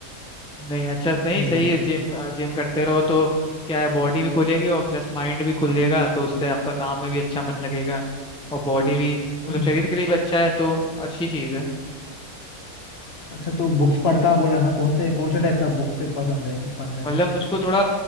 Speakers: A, in the centre; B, on the left.
A: नहीं अच्छा नहीं
B: अभी
A: सही
B: वो
A: है
B: चल
A: जिम जिम करते रहो तो क्या है बॉडी भी खुलेगी और प्लस माइंड भी खुलेगा तो उससे आपका काम में भी अच्छा मन लगेगा और बॉडी भी मतलब
B: हम्म
A: शरीर के लिए भी अच्छा है तो अच्छी चीज है
B: अच्छा तो बुक्स पढ़ता बोला ना कौन से कौन से टाइप का बुक्स पसंद है पढ़ने
A: मतलब
B: में
A: मुझको थोड़ा